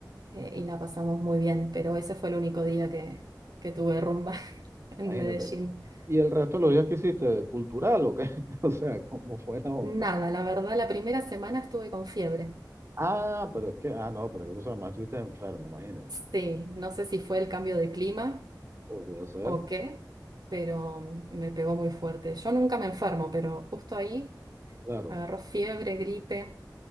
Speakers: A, on the right (about 65°); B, on the right (about 35°).
A: eh, y la pasamos muy bien, pero ese fue el único día que, que tuve rumba <laughs> en
B: imagínate.
A: Medellín.
B: ¿Y el resto de los días que hiciste? ¿Cultural o qué? <laughs> O sea, ¿cómo fue la onda?
A: Nada, la verdad, la primera semana estuve con fiebre.
B: Ah, pero es que, ah, no, pero es que tú sabes, más estuviste enfermo, imagínate.
A: Sí, no sé si fue el cambio de clima
B: Podría ser,
A: o qué, pero me pegó muy fuerte. Yo nunca me enfermo, pero justo ahí
B: claro.
A: agarró fiebre, gripe